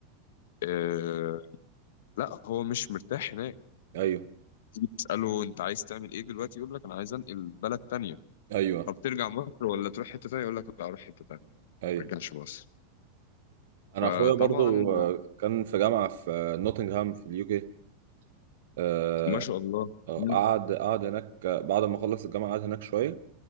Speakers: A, on the left (about 70°); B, on the right (about 70°).
A: آه، لا هو مش مرتاح هناك
B: ايوه
A: تيجي تسأله أنت عايز تعمل إيه دلوقتي يقول لك أنا عايز أنقل بلد تانية
B: ايوه
A: طب ترجع مصر ولا تروح حتة تانية يقول لك لا أروح حتة تانية
B: ايوه
A: ما أرجعش مصر
B: انا
A: فطبعا
B: اخويا برضو آه، كان في جامعه في آه، نوتنغهام في اليو كي آه،
A: ما شاء الله
B: آه،
A: مم.
B: قعد قعد هناك آه، بعد ما خلص الجامعه قعد هناك شويه